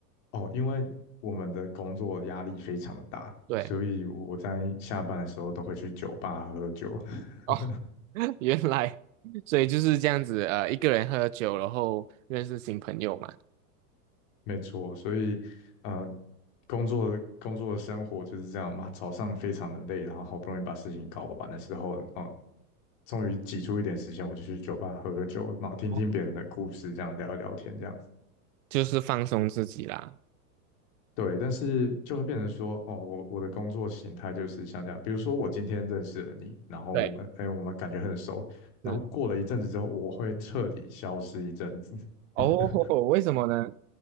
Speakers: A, on the left (about 50°); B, on the right (about 55°).
A: 哦，因为我们的工作压力非常的大，
B: 对，
A: 所以我在下班的时候都会去酒吧喝喝酒，<laughs>
B: 哦，<laughs> 原来，所以就是这样子，呃，一个人喝酒，然后认识新朋友嘛，
A: 没错，所以呃，工作工作的生活就是这样嘛，早上非常的累，然后好不容易把事情搞完的时候，哦，终于挤出一点时间，我就去酒吧喝个酒，然后听听别人的故事，
B: 哦，
A: 这样聊一聊天，这样。
B: 就是放松自己啦。
A: 对，但是就会变成说，哦，我我的工作形态就是像这样，比如说我今天认识了你，然后我们，
B: 对，
A: 哎，我们感觉很熟，然后过了一阵子之后，
B: 是。
A: 我会彻底消失一阵子，
B: 哦，
A: <laughs>
B: <laughs> 为什么呢？